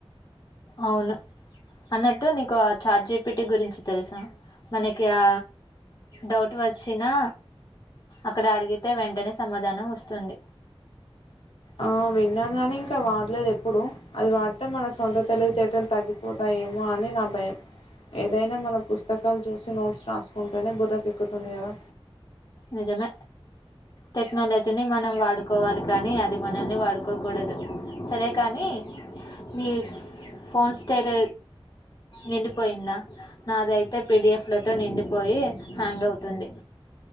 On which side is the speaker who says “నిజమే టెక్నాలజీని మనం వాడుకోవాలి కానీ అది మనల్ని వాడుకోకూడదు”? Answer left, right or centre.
Left